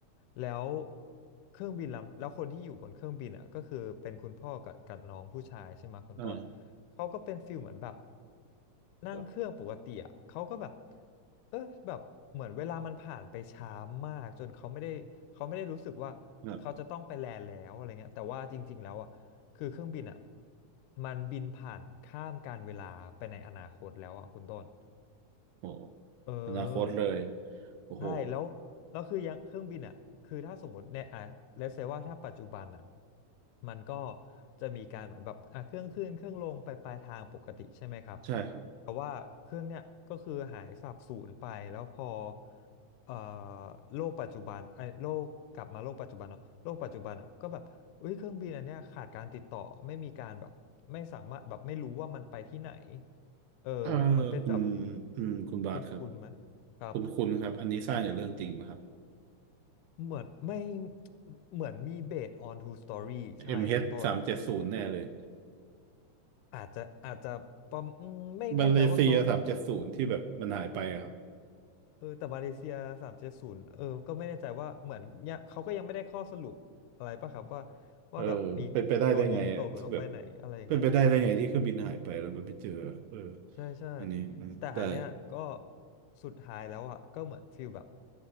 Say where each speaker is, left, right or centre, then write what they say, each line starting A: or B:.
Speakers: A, on the left; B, on the right.
A: แล้วเครื่องบินลำแล้วคนที่อยู่บนเครื่องบินอ่ะก็คือเป็นคุณพ่อกับกับน้องผู้ชายใช่ไหมคุณต้น
B: อ่า
A: เขาก็เป็นฟิลเหมือนแบบนั่งเครื่องปกติอ่ะเขาก็แบบ
B: ครับ
A: เออแบบเหมือนเวลามันผ่านไปช้ามากจนเขาไม่ได้เขาไม่ได้รู้สึกว่าเขาจะต้องไปแลนด์แล้วอะไรเงี้ยแต่ว่าจริงๆแล้วอ่ะคือเครื่องบินอ่ะ
B: ครับ
A: มันบินผ่านข้ามการเวลาไปในอนาคตแล้วอ่ะคุณต้น
B: โอ้โห
A: เออ
B: อนาคตเลยโอ้โห
A: ใช่แล้วแล้วคือยังเครื่องบินอ่ะคือถ้าสมมติเนี่ยอ่ะเลเซว่าถ้าปัจจุบันอ่ะมันก็จะมีการเหมือนแบบอ่ะเครื่องขึ้นเครื่องลงไปปลายทางปกติใช่ไหมครับ
B: ใช่ครับ
A: แต่ว่าเครื่องเนี่ยก็คือหายสาบสูญไปแล้วพอเอ่อโลกปัจจุบันไอ้โลกกลับมาโลกปัจจุบันเนาะโลกปัจจุบันอ่ะก็แบบอุ้ยเครื่องบินอันเนี้ยขาดการติดต่อไม่มีการแบบไม่สามารถแบบไม่รู้ว่ามันไปที่ไหน เออเหมือนเป็นแบบ
B: เออคุณอืมคุณบาสครับ
A: คุ้นคุ้นไหมครับ
B: คุณคุณครับอันนี้สร้างอย่างเรื่องจริงนะครับ
A: เหมือนไม่เหมือนมีเบส on two story
B: MH
A: ใช่คุณต้น
B: สามเจ็ดศูนย์แน่เลย
A: อาจจะอาจจะประมอืมไม่แน่ใจว่าเขาลิ
B: มาเลเซียสามเจ็ดศูนย์ที่แบบมันหายไปอะครับ
A: เออแต่มาเลเซียสามเจ็ดศูนย์เออก็ไม่แน่ใจว่าเหมือนยังเขาก็ยังไม่ได้ข้อสรุปอะไรป่ะครับว่า
B: เออเป็นไปได้ได้ไงอ่ะที่แบบ
A: ว่าแบบมีโดนยิงตกหรือเขาไปไหนอะไรอย่างเงี้ยเออ
B: เป็นไปได้ได้ไงที่เครื่องบินหายไปแล้วมันไปเจอเออ
A: ใช่ใช่
B: อันนี้
A: แต่อันเนี้ยก็
B: ได้
A: สุดท้ายแล้วอ่ะก็เหมือนฟีลแบบ